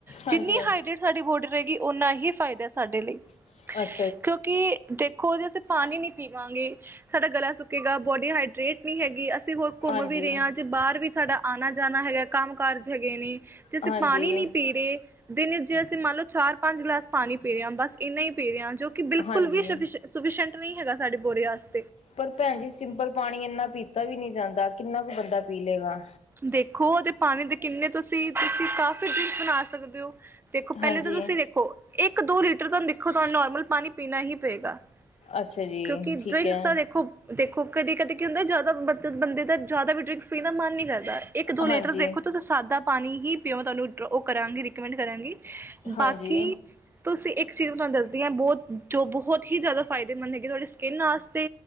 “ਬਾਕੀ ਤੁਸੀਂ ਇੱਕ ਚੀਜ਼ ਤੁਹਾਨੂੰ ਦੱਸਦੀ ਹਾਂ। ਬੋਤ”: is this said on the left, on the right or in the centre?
Right